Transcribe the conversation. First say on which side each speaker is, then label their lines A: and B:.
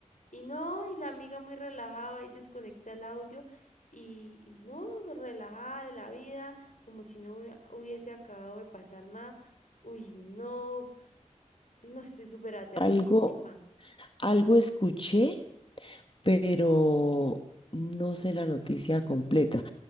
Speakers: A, on the left (about 75°); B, on the left (about 45°).
A: Y no, y la amiga muy relajada ahí desconecta el audio y, y no, relajada de la vida, como si no hubi- hubiese acabado de pasar nada. Uy, no. No, estoy súper aterradísima.
B: Algo, algo escuché, pero no sé la noticia completa.